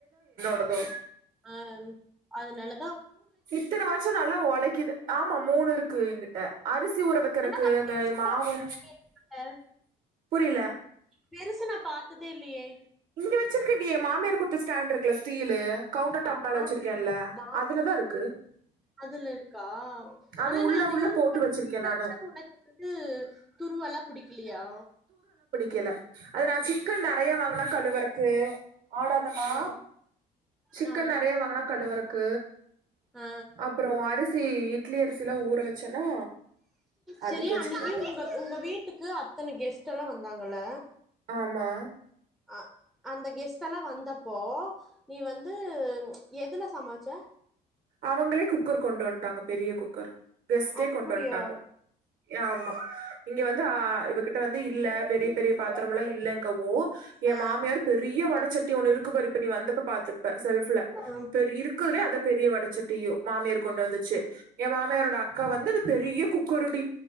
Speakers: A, on the right; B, in the centre.
A: அப்போ
B: ஆ அது நல்ல
A: இத்தன வருஷோ நல்லா ஒழைக்கிது ஆமா மூணு இருக்கு எங்கிட்ட அரிசி ஊற வைக்கறக்கு
B: ஆனா நா பெருசா
A: அந்த மாவு
B: பாத்ததே இல்லையே
A: புரியில
B: பெருசு நா பாத்ததே இல்லையே
A: இங்க வச்சிருக்கன்னியே மாமியார் குடுத்த ஸ்டாண்ட் இருக்குல ஸ்டீலு கவுண்டர் டாப்
B: ஆமா
A: மேல வச்சிருக்கேன்ல
B: ஆமா
A: அதுலதா இருக்கு
B: அதுல இருக்கா
A: அது
B: ஆனா
A: உள்ள
B: நீ அத
A: உள்ள
B: யூஸ்
A: போட்டு
B: பண்றதே
A: வச்சிருக்கே
B: வச்சா
A: நானு
B: உனக்கு அது வந்து துருவெல்லா புடிக்கி அப்டியா
A: கில அது நா சிக்கன் நறையா வாங்குனா கழவுறக்கு ஆடாதம்மா
B: ஆ
A: சிக்கன்
B: நா வந்து
A: நறைய வாங்குனா கழுவுறக் க
B: ஆ
A: அப்றோ அரிஸ் சி இட்லி அரிசிலா ஊற வச்சேன்னா அதுக்கு
B: செரி
A: வச்சுக்குவே
B: அன்னைக்கு உங்க உங்க வீட்டுக்கு அத்தன கெஸ்ட் எல்லா வந்தாங்கல்ல
A: ஆமா
B: அ அந்த கெஸ்ட்டெல்லா வந்தப்போ நீ வந்து எதுல சமச்ச
A: அவங்களே குக்கர் கொண்டு வந்ட்டாங்க பெரிய குக்கர் கெஸ்ட்டே
B: அப்டியா
A: கொண்டு வந்ட்டாங்க யாமா இங்க வந்து ஆ இவக்கிட் இப்ப வந்து இல்ல பெரிப் பெரி பெரிய பாத்துரமுல்லா இல்லெங்க்கா ஓ ஏன்
B: ஆ
A: மாமியாரு பெரிய வடச்சட் டி ஒன்னு இருக்கு பாரு இப்ப நீ வந்தப்ப பாத்திருப்ப செல்ஃபுல
B: ஆ
A: பெறகு இருக்குறதுலே அதா பெரிய வட சட்டியோ மாமியரு கொண்டு வந்துச்சு என் மாமியாரோட அக் அக்கா வந்துது பெரிய குக்கருடி